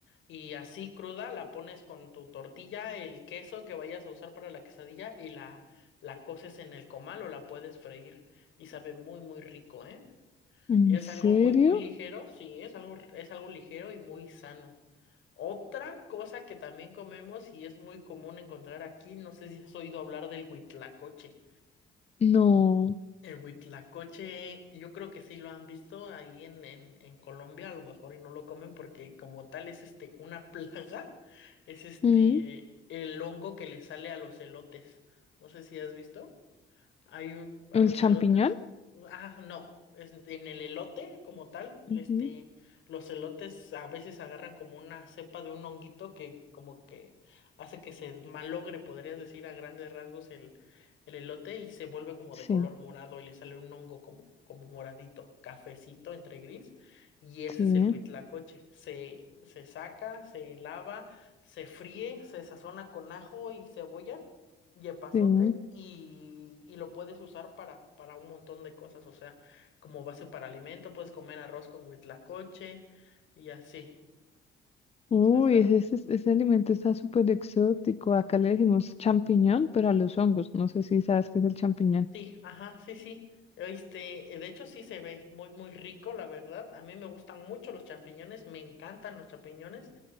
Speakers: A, on the left (about 75°); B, on the left (about 30°).
A: y así cruda la pones con tu tortilla, el queso que vayas a usar para la quesadilla y la, la coces en el comal o la puedes freír y sabe muy, muy rico, ¿eh?
B: ¿En
A: Es
B: serio?
A: algo muy, muy ligero, sí, es algo, es algo ligero y muy sano. Otra cosa que también comemos y es muy común encontrar aquí, no sé si has oído hablar del huitlacoche.
B: No.
A: El huitlacoche, yo creo que sí lo han visto ahí en, en, en Colombia, a lo mejor y no lo comen porque como tal es este una <laughs> plaga, es este
B: Mm,
A: el hongo que le sale a los elotes. No sé si has visto. Hay un, a
B: ¿El
A: los
B: champiñón?
A: elotes. Ah, no. es- en el elote, como tal, este,
B: Ujú.
A: los elotes a veces agarran como una cepa de un honguito que como que hace que se malogre, podrías decir, a grandes rasgos el, el elote y se vuelve como
B: Sí,
A: de color morado y le sale un hongo como, como moradito, cafecito entre gris. Y ese
B: sí,
A: es el huitlacoche. Se, se saca, se lava, se fríe, se sazona con ajo y cebolla yepazote
B: sí.
A: y, y lo puedes usar para, para un montón de cosas, o sea, como base para alimento, puedes comer arroz con huitlacoche y así.
B: Uy,
A: O sea, está...
B: ese, ese, ese alimento está súper exótico.
A: mm,
B: Acá le decimos champiñón, pero a los hongos. No sé si sabes qué es el champiñón.
A: Sí, ajá, sí, sí. Este, eh, de hecho sí se ve muy, muy rico, la verdad. A mí me gustan mucho los champiñones, me encantan los champiñones,